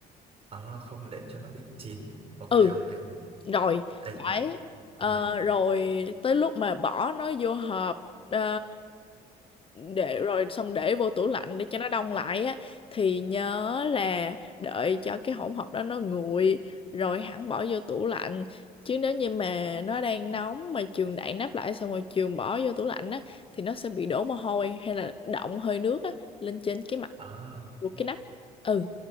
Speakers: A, on the right; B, on the left.
A: À, không để cho nó bị chín. Ok
B: ừ
A: ok.
B: rồi
A: Ê.
B: đấy Ờ,
A: Ừ.
B: rồi tới lúc mà bỏ nó vô hộp ờ, để rồi xong để vô tủ lạnh để cho nó đông lại á thì nhớ là đợi cho cái hỗn hợp đó nó nguội rồi hẳn bỏ vô tủ lạnh chứ nếu như mà nó đang nóng mà trường đậy nắp lại xong rồi trường bỏ vô tủ lạnh á thì nó sẽ bị đổ mồ hôi hay là đọng hơi nước á lên trên cái mặt
A: À.
B: của cái nắp ừ